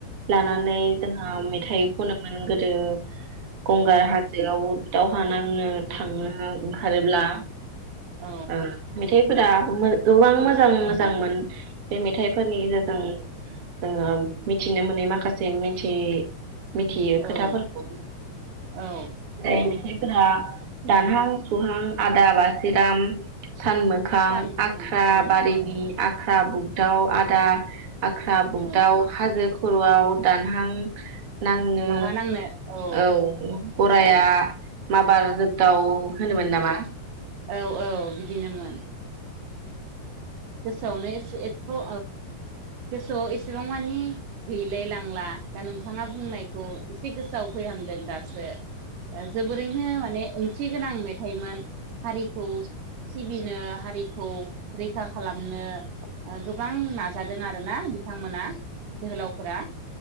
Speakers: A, on the right (about 40°); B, on the right (about 75°).
A: लानानै जो अ मेथाइ खनो मोन गोद आरो गंगार हाजोआव दावहा नांनो थांनो ओंखारोब्ला
B: औ
A: ओ थेफोरा गोबां
B: औ
A: मोजां मोजांमोन <inaudible> बे मेथाइफोरनि गेजेरजों ओ मिथिनो मोनै माखासे मिथि मिथियो
B: औ
A: खोथाफोरखौ
B: औ
A: जाय मेथाइफोरा दानहां सौहां आदाबा सिराम सान मोखां
B: सान
A: आख्रा
B: औ
A: बारिनि आख्रा बुगदाव आदा आख्रा बुगदाव
B: औ
A: हाजो खर'आव दानहां नांनो
B: दावहा नांनो औ
A: औ गरायआ
B: औ
A: माबार जोगदाव होनोमोन नामा
B: औ औ <inaudible> गोसोआवनो एसे एथ' औ गोसोआव एसेबां मानि गैलाय लांला दा नोंथाङा बुंनायखौ एसे गोसोआव फैहांदों दासो ओ जोबोरैनो माने थि गोनां मेथाइमोन हारिखौ सिबिनो हारिखौ रैखा खालामनो गोबां नाजादों आरो आरोना बिथांमोना जोहोलावफोरा